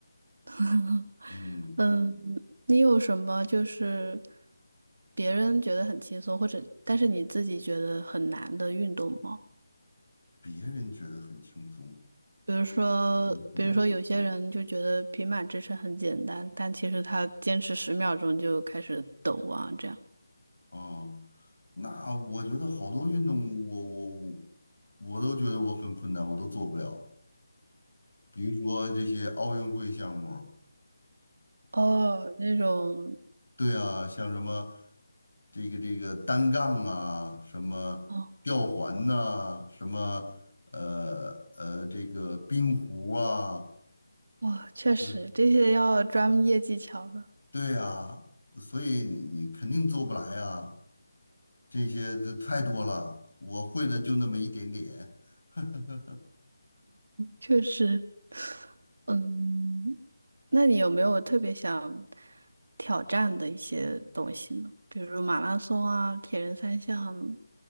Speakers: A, on the right; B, on the left.
A: <laughs>
B: 嗯，
A: 嗯，你有什么就是别人觉得很轻松，或者但是你自己觉得很难的运动吗？
B: 别人觉得很轻松，
A: 比如说，
B: 我困难
A: 比如说有些人就觉得平板支撑很简单，但其实他坚持十秒钟就开始抖啊，这样。
B: 啊。那我觉得好多运动我，我我我都觉得我很困难，我都做不了。比如说这些奥运会项目，
A: 哦，那种，
B: 对啊，像什么这个这个单杠啊，什么吊环呐、
A: 哦，
B: 什么呃呃这个冰壶啊，
A: 哦，确实这些要专业技巧的，
B: 对，对啊，所以你肯定做不来啊，这些这太多了，我会的就那么一点点。<laughs>
A: 确实。嗯，那你有没有特别想挑战的一些东西呢？比如马拉松啊、铁人三项